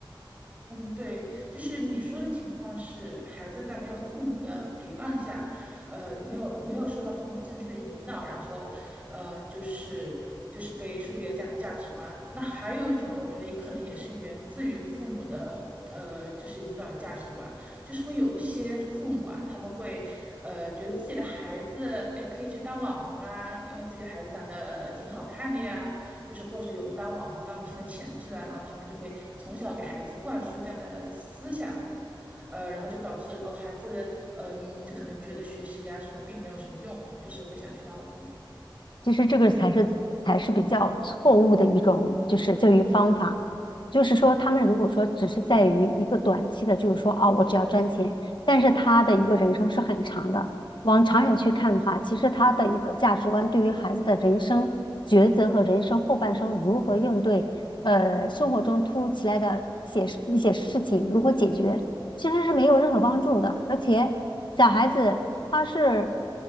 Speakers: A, on the right; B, on the left.
A: 嗯，对，就是你说的情况是，孩子在没有父母的陪伴下，呃，没有没有受到父母正确的引导，然后，呃，就是就是被树立了这样的价值观。那还有一种呢，我觉得可能也是源自于父母的，呃，就是引导的价值观，就是会有一些父母啊，他们会，呃，觉得自己的孩子，哎，可以去当网红啊，因为自己的孩子长得挺好看的呀，就是或者有当网红、当明星的潜质啊，然后他们就会从小给孩子灌输这样的思想，呃，然后就导致哦，孩子嗯，就可能觉得学习啊什么并没有什么用，就是会想去当网红。
B: 其实这个才是才是比较错误的一种就是教育方法，就是说他们如果说只是在于一个短期的，就是说啊，我只要赚钱，但是他的一个人生是很长的。往长远去看的话，其实他的一个价值观对于孩子的人生抉择和人生后半生如何应对，呃，生活中突如其来的一些一些事情如何解决，其实是没有任何帮助的，而且小孩子他是